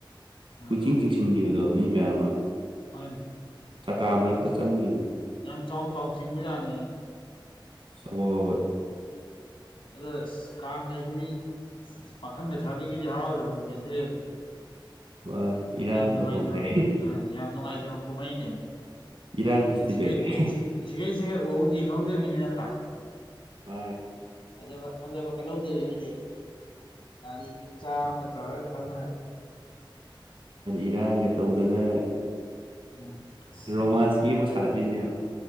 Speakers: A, on the left (about 80°); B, on the right (about 75°).
A: ꯑꯥ
B: ꯀꯨꯏꯆꯤꯡ ꯆꯤꯡꯁꯤꯟꯈꯤꯕꯗꯣ ꯃꯤ ꯃꯌꯥꯝ ꯑꯃ
A: ꯍꯅꯦ
B: ꯆꯀꯥ ꯃꯔꯛꯇ
A: ꯌꯥꯝ
B: ꯆꯪꯈꯤꯕꯗꯣ
A: ꯌꯥꯝ ꯆꯥꯎ ꯆꯥꯎ ꯖꯥꯅꯤ
B: ꯁꯣꯏ
A: ꯑꯗꯣ ꯑ ꯀꯥꯡ ꯍꯥꯏꯁꯤꯗꯤ ꯄꯥꯈꯪ ꯂꯩꯁꯥꯕꯤꯒꯤꯗꯤ ꯍꯔꯥꯎꯖꯕ ꯐꯦꯁꯇꯤꯚꯦꯜꯅꯤ
B: ꯃꯥꯅꯤ ꯏꯔꯥꯡ
A: ꯌꯥꯝ ꯅꯨꯡꯉꯥꯏꯖꯕ
B: ꯇꯧꯐꯝ ꯀꯥꯏ
A: ꯑ ꯌꯥꯝ ꯅꯨꯡꯉꯥꯏꯖꯕ ꯀꯨꯝꯍꯩꯅꯦꯕ
B: ꯏꯔꯥꯡ ꯐꯦꯁꯇꯤꯚꯦꯜ
A: ꯁꯤ
B: ꯀꯥꯏ
A: ꯁꯤꯈꯩ ꯁꯤꯒꯩ ꯎꯍꯧ ꯌꯦꯡꯍꯧꯗꯣꯏꯔꯤꯕꯅꯤ ꯅꯠꯇ꯭ꯔꯥ
B: ꯍ
A: ꯐꯖꯕ ꯐꯖꯕ ꯀꯜꯍꯧꯗꯣꯏꯕ ꯍꯧꯁꯦ ꯑꯩꯁ ꯒꯥꯔꯤꯒꯤ ꯆꯥꯗ ꯇꯧꯔꯒ ꯊꯧꯅꯗꯅ
B: ꯏꯔꯥꯡꯒ ꯇꯧꯗꯅ
A: ꯎꯝ ꯑꯁ
B: ꯔꯣꯃꯥꯟꯁꯀꯤ ꯑꯃ ꯁꯥꯒꯠꯂꯤꯕꯅꯦꯕ